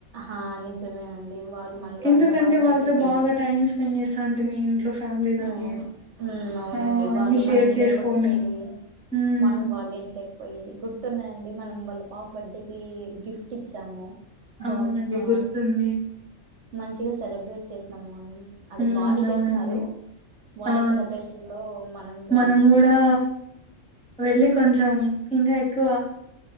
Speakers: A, on the right; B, in the centre.
A: ఆ నిజమే అండి వాళ్ళు మనతో
B: ఎందుకంటే
A: అంత బాగా కలిసిపోయినారు
B: వాళ్ళతో బాగా టైం స్పెండ్ చేస్తాంటి మీ ఇంట్లో ఫ్యామిలీ లాగే
A: అవును అవునండి
B: ఆ అన్ని
A: వాళ్ళు
B: షేర్
A: మన ఇంట్లోకొచ్చేది
B: చేసుకొని ఉమ్
A: మనం వాళ్ళు ఇంట్లేకపోయేది గు తున్నాయండి మనం వాళ్ళ పాప బర్త్డే కి గిఫ్ట్ ఇచ్చాము
B: అవునండి
A: బాగ్ ఆ
B: గుర్తుంది
A: మంచిగా సెలబ్రేట్ చేసినాం మనం అదే
B: ఉమ్
A: వాళ్లు
B: అవునండి
A: చేసినారు వాళ్ళ
B: ఆ
A: సెలబ్రేషన్ లో వెళ్ళినాం
B: మనం కూడా వెళ్ళి కొంచెం ఊ ఇంకా ఎక్కువ